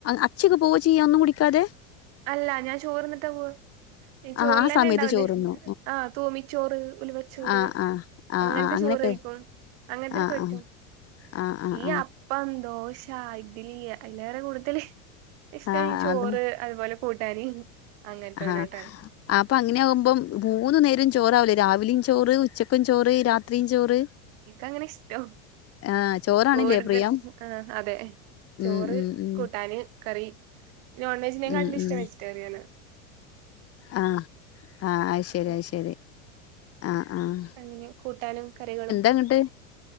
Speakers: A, on the left; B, on the right.
A: അച്ചെക്ക് പോവ ചെയ്യാ ഒന്നും കുടിക്കാതെ?
B: അല്ല ഞാൻ ചോറ്ന്ന്ട്ട പോവ ഈ ചോറ്ലെന്നെണ്ടാവ്ലെ
A: ആഹ് ആ സമയത്ത് ചോറുണ്ണും
B: അഹ് തൂമിച്ചോറ് ഉലുവച്ചോറ്
A: ആഹ് ആഹ് ആഹ് ആഹ്
B: അങ്ങൻത്തെ
A: ആഹ് അങ്ങനെയൊക്കെ
B: ചോറ്യ്ക്കും അങ്ങൻത്തെ ഇൻക്ക്
A: ആഹ്
B: പറ്റും.
A: ആഹ് ആഹ്
B: ഈ
A: ആഹ് ആഹ്
B: അപ്പം ദോശ ഇഡ്ലി അയ്ലാറെ കൂടുതല് ഇഷ്ട്ടം
A: ആഹ്
B: ഈ ചോറ്
A: അത്
B: അത്പോലെ കൂട്ടാന് അങ്ങൻത്തോനായിട്ടാണ്
A: ആഹ് അപ്പൊ അങ്ങനെ ആവുമ്പം ഭൂന്ന്ന്നേരം ചോറാവ്ലെ രാവിലിം ചോറ്, ഉച്ചക്കും ചോറ്, രാത്രിയും ചോറ്
B: ഇൻക്കങ്ങനെ ഇഷ്ടം
A: ആഹ് ചോറാണില്ലേ
B: കൂടുതൽ
A: പ്രിയം
B: ആഹ് അതെ ചോറ്
A: ഉം ഉം ഉം
B: കൂട്ടാന് കറി നോൺവെജിനേകാട്ടിലും
A: ഉം
B: ഇഷ്ടം
A: ഉം
B: വെജിറ്റേറിയനാ.
A: ആഹ് ആഹ്, അത്‌ ശരി,
B: അപ്പൊ
A: അത്‌ ശരി ആഹ് ആഹ്
B: എങ്ങനെ കൂട്ടാനും കറികളും
A: എങ്ങിട്ട്